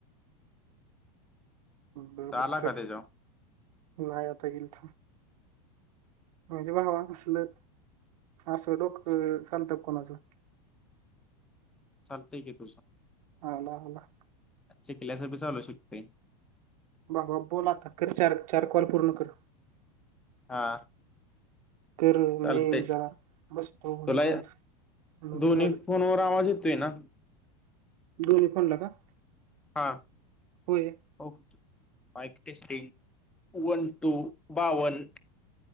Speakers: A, on the right; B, in the centre.
A: बरबर
B: आला
A: कर
B: का त्याच्यावर
A: लता गलथ म्हणजे वा वा असल असं डोक्ट सचालतात कोणाचं
B: चालतय की तुझ
A: हाला होला
B: शिकल्याच बी चालू शकतय
A: बाबा बोल आता कर चार चार कॉल पूर्ण कर
B: हा
A: कर
B: चालतंय
A: मी जरा बसतो होई
B: तुला
A: करत नोट्स
B: दोन्ही
A: काढत
B: फोनवर आवाज येतोय ना
A: दोनी फोनला का
B: हां
A: होय
B: ओ माईक टेस्टिन वन टू बावन